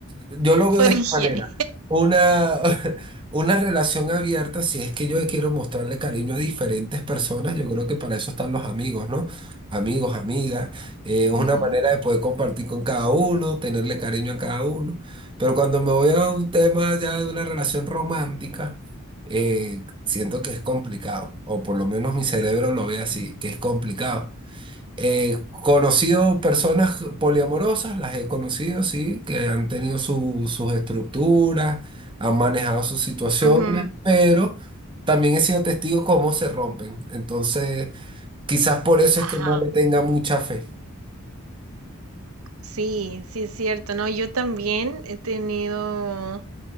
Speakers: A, on the right; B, on the right.
A: yo lo veo
B: Por
A: de esta
B: higiene.
A: manera. Una, <laughs> una relación abierta, si es que yo quiero mostrarle cariño a diferentes personas, yo creo que para eso están los amigos, ¿no? Amigos, amigas, eh, es
B: Ujú.
A: una manera de poder compartir con cada uno, tenerle cariño a cada uno. Pero cuando me voy a un tema ya de una relación romántica, eh, siento que es complicado, o por lo menos mi cerebro lo ve así, que es complicado. He conocido personas poliamorosas, las he conocido, sí, que han tenido su- sus estructuras, han manejado sus situaciones,
B: Ujú.
A: pero también he sido testigo cómo se rompen. Entonces, quizás por eso
B: Ajá.
A: es que no le tenga mucha fe.
B: Sí, sí es cierto, ¿no? Yo también he tenido